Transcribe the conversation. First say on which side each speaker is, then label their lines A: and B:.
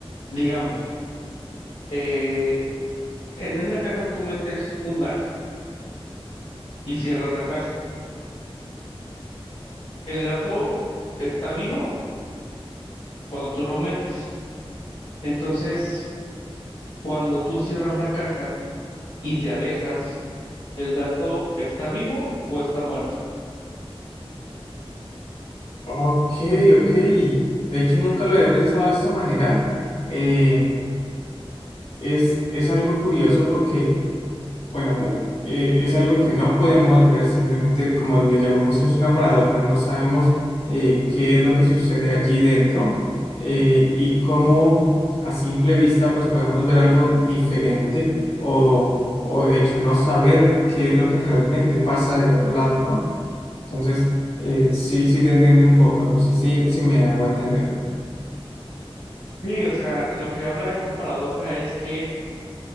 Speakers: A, on the left; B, on the left.
A: Digamos, eh, en una caja tú metes un gato y cierras la caja. El gato está vivo cuando tú lo metes. Entonces, cuando tú cierras la caja y te alejas, ¿el gato está vivo o está muerto?
B: Ok, ok. De hecho, nunca lo había pensado de esta manera. Eh, es, es algo curioso porque Bueno, eh, es algo que no podemos ver, simplemente como le llamamos, es una paradoja, no sabemos eh, qué es lo que sucede allí dentro eh, y cómo a simple vista pues podemos ver algo diferente o, o de hecho no saber qué es lo que realmente pasa del otro lado, ¿no? Entonces, eh, sí, sí te entiendo un poco, no sé si, si me hago entender.
A: Sí, o sea, lo que habla esta paradoja es que